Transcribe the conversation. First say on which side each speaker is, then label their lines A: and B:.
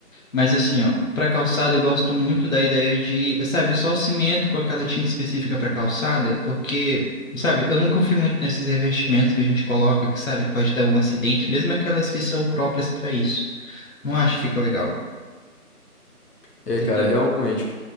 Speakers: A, on the left; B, on the left.
A: Mas assim, ó, para calçada eu gosto muito da ideia de, sabe, só o cimento com aquela tinta específica para calçada, porque, sabe, eu não confio muito nesses revestimentos que a gente coloca, que sabe que pode dar um acidente, mesmo aquelas que são próprias para isso. Não acho que fica legal.
B: É,
A: Entendeu?
B: cara, realmente.